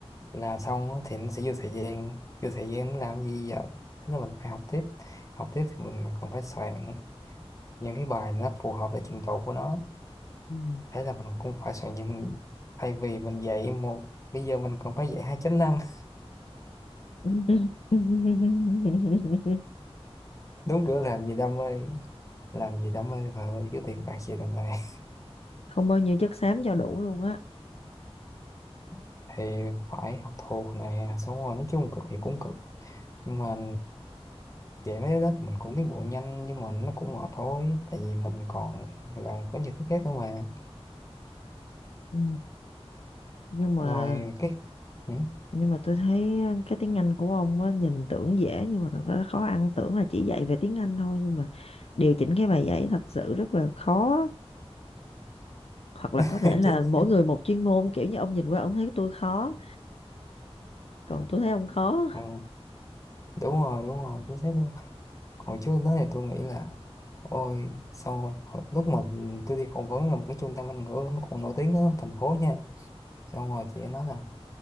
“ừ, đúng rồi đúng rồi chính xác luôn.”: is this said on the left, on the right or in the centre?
Left